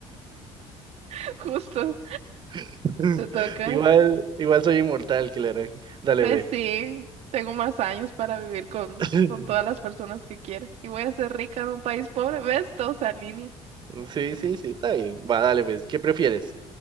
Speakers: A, on the right; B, on the right.
A: <laughs> justo,
B: <laughs>
A: te toca.
B: Igual, igual soy inmortal, que le harán. Dale,
A: Pues
B: ve
A: sí, tengo más años para vivir con,
B: <laughs>
A: con todas las personas que quiera. Y voy a ser rica en un país pobre. ¿Ves? Todo se alinea.
B: Sí, sí, sí, está bien. Va, dale, pues. ¿Qué prefieres?